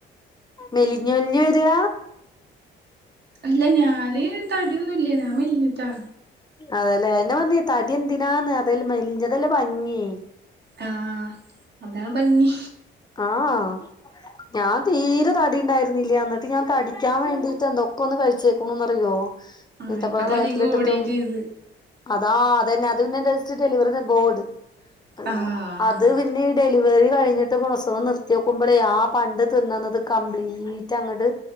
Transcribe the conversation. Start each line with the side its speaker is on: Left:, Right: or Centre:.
Left: മെലിഞ്ഞ് മെലിഞ്ഞ് വെരാ
Right: അല്ല ഞാന് തടിയൊന്നുല്ല ഞാ മെലിഞ്ഞിട്ടാ
Left: അതെല്ലേ അയിന്നെ പറഞ്ഞെ തടി എന്തിനാന്ന് അതല്ലേ മെലിഞ്ഞതല്ലേ ഭംഗി
Right: ആഹ് അതാണ് ഭംഗി
Left: ആഹ് ഞാൻ തീരെ തടി ഇണ്ടായിരുന്നില്ലേ എന്നിട്ട് ഞാൻ തടിക്കാൻ വേണ്ടിട്ട് എന്തൊക്കൊന്ന് കഴിച്ചേക്ക്ണുന്ന്റിയോ
Right: ആഹ്
Left: ഈത്തപ്പഴം
Right: ഇപ്പ തടി
Left: വള്ളത്തിലിട്ടിട്ടും
Right: കൂടുകയും ചെയ്ത്
Left: അതാ അതന്നെ അത് പിന്നെ ഡസ്റ്റ് ഡെലിവറിന്റബോർഡ് ആ
Right: ആഹ്
Left: അത് പിന്നിം ഡെലിവറി കഴിഞ്ഞ് ട്ട് പ്രസവം നിർത്തിയോക്കുമ്പളെ ആ പണ്ട് തിന്ന്ന്നത് കംപ്ലീറ്റ്ങ്ങട്